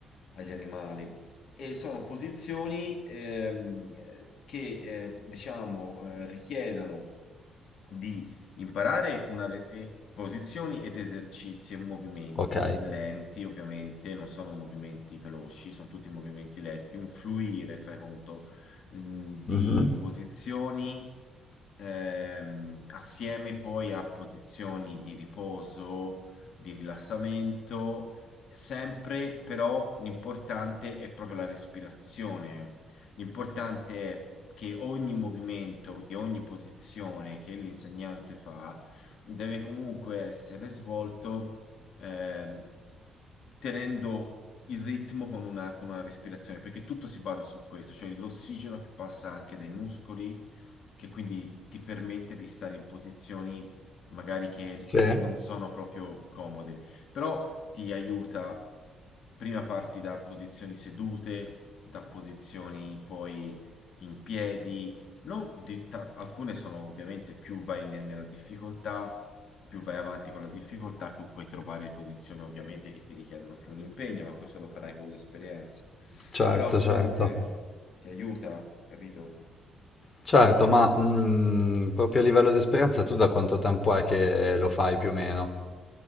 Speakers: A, on the left; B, on the left.
A: agli animali. E sono posizioni ehm, che, eh, diciamo, eh, richiedono di Imparare una re- eh, posizioni ed esercizi e movimenti
B: Ok.
A: lenti, ovviamente, non sono movimenti veloci, sono tutti movimenti lenti, un fluire, fai conto, mh, di
B: Mhm.
A: posizioni ehm, assieme poi a posizioni di riposo, di rilassamento, sempre però l'importante è proprio la respirazione L'importante è che ogni movimento di ogni posizione che l'insegnante fa deve comunque essere svolto ehm, tenendo il ritmo con una, con una respirazione, perché tutto si basa su questo, cioè l'ossigeno che passa anche dai muscoli, che quindi ti permette di stare in posizioni magari che
B: Sì,
A: non sono proprio comode però ti aiuta, prima parti da posizioni sedute, da posizioni poi in piedi, non di ta- alcune sono ovviamente più vai ne- nella difficoltà, più vai avanti con la difficoltà, più puoi trovare posizioni ovviamente che ti richiedono più un impegno, ma questo lo farai con l'esperienza.
B: certo,
A: Però comunque
B: certo.
A: ti aiuta, capito?
B: Certo, ma mm, proprio a livello di esperienza tu da quanto tempo è che lo fai più o meno?